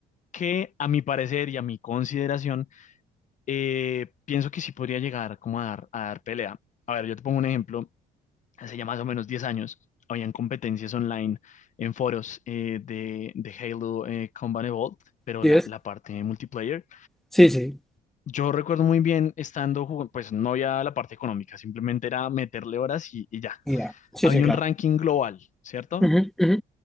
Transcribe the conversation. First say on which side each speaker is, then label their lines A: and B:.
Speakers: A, on the left; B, in the centre.
A: que a mi parecer y a mi consideración, eh, pienso que sí podría llegar como a dar, a dar pelea. A ver, yo te pongo un ejemplo. Hace ya más o menos 10 años, habían competencias online en foros eh, de, de Halo eh, Combat Evolved, pero
B: sí,
A: la,
B: es.
A: la parte de multiplayer.
B: Sí, sí,
A: Yo recuerdo muy bien estando, jugando, pues no había la parte económica, simplemente era meterle horas y, y ya.
B: mira. Sí,
A: Había
B: sí, claro.
A: un ranking global, ¿cierto?
B: Ujú, ujú.